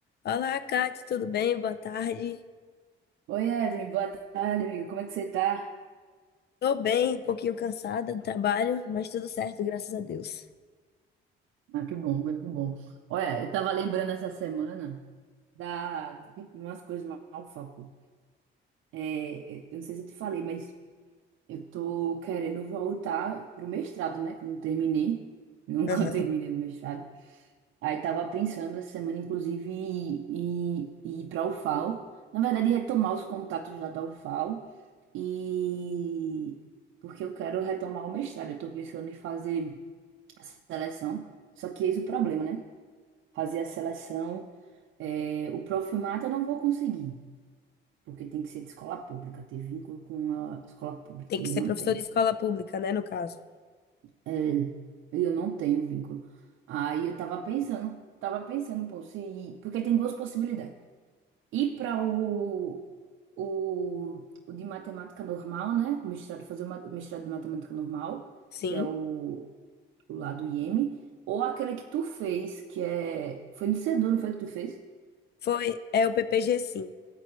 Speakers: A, on the left; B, on the right.
A: Olá, Kate, tudo bem? Boa tarde.
B: Oi, Evelyn, boa tarde, amigo. Como é que você tá?
A: Tô bem, um pouquinho cansada do trabalho, mas tudo certo, graças a Deus.
B: Ah, que bom, que bom. Olha, eu tava lembrando essa semana. Da de umas coisas lá no foco. É, eu não sei se eu te falei, mas eu tô querendo voltar pro mestrado, né? Que eu não terminei. Nunca
A: Aham.
B: <laughs> terminei o mestrado. Aí tava pensando essa semana, inclusive, em em em ir pra UFAL. Na verdade, retomar os contatos lá da UFAL. E porque eu quero retomar o mestrado. Eu tô pensando em fazer. a seleção. Só que eis o problema, né? Fazer a seleção, é, o profilmato eu não vou conseguir, porque tem que ser de escola pública, ter vínculo com a escola pública,
A: Tem que
B: e eu
A: ser
B: não
A: professor
B: tenho.
A: de escola pública, né, no caso?
B: É, eu não tenho vínculo. Aí eu tava pensando, tava pensando, pô, se, porque tem duas possibilidades. Ir para o, o, o de matemática normal, né? O mestrado, fazer o ma- o mestrado de matemática normal,
A: Sim.
B: que é o o lá do Iêmen, ou aquele que tu fez, que é. Foi no Sedu, não foi que tu fez?
A: Foi, é o PPG, sim.